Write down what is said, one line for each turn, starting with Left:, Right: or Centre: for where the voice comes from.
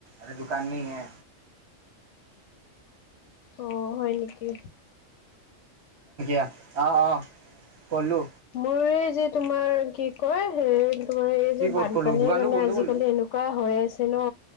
Right: আৰে দোকান নেহি হে
Left: অ', হয় নেকি?
Right: <unintelligible> অ', অ', কলো।
Left: মোৰ এই যে তোমাৰ কি কয়, সে তোমাৰ এই
Right: কি
Left: যে
Right: ক'ত
Left: বানপানীৰ
Right: কৰলো দোকানটো
Left: কাৰণে
Right: বন্ধ
Left: আজিকালি
Right: কৰলো
Left: এনেকু হৈ আছে ন,